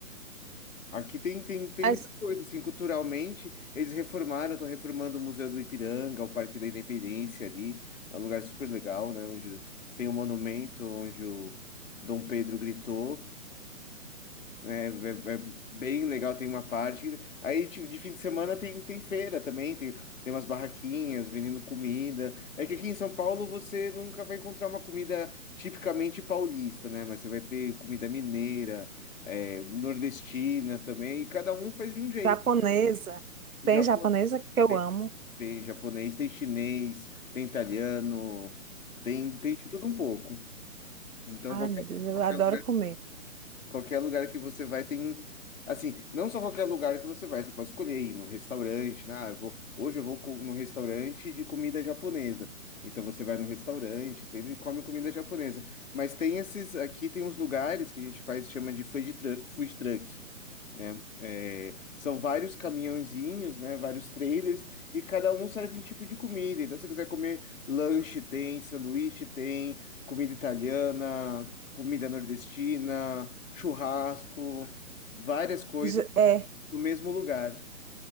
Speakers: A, on the left (about 65°); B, on the right (about 75°).
A: Aqui tem, tem, tem
B: Mas
A: muita coisa, assim, culturalmente, eles reformaram, estão reformando o Museu do Ipiranga, o Parque da Independência ali, é um lugar super legal, né, onde tem um monumento onde o Dom Pedro gritou, né é, é bem legal, tem uma parte. Aí, tipo, de fim de semana tem, tem feira também, tem, tem umas barraquinhas vendendo comida. É que aqui em São Paulo você nunca vai encontrar uma comida tipicamente paulista, né? Mas você vai ter comida mineira, é, nordestina também, e cada um faz de um jeito.
B: japonesa.
A: Japo-
B: Tem japonesa que eu
A: tem,
B: amo.
A: tem japonês, tem chinês, tem italiano, tem, tem de tudo um pouco. Então,
B: Ai,
A: qualquer,
B: meu Deus, eu
A: qualquer
B: adoro comer.
A: Qualquer lugar que você vai tem, assim, não só qualquer lugar que você vai, você pode escolher ir no restaurante, né? Ah, eu vou, hoje eu vou co- no restaurante de comida japonesa. Então você vai no restaurante, sempre come comida japonesa. Mas tem esses, aqui tem uns lugares que a gente faz, chama de food truck, food truck né? É, são vários caminhãozinhos, né? Vários trailers e cada um serve um tipo de comida. Então, se você quiser comer lanche, tem, sanduíche, tem, comida italiana, comida nordestina, churrasco, várias coisas
B: E ja- É.
A: no mesmo lugar.